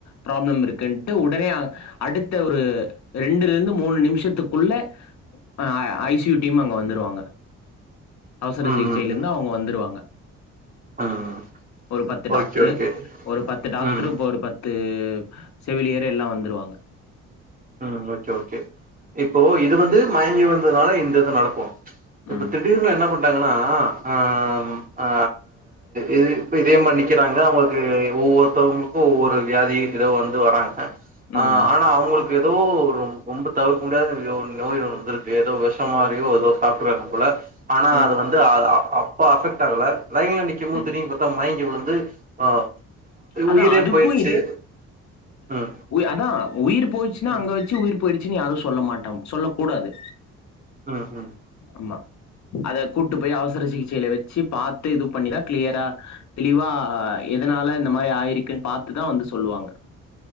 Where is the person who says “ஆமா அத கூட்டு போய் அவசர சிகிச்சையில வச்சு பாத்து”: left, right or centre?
Left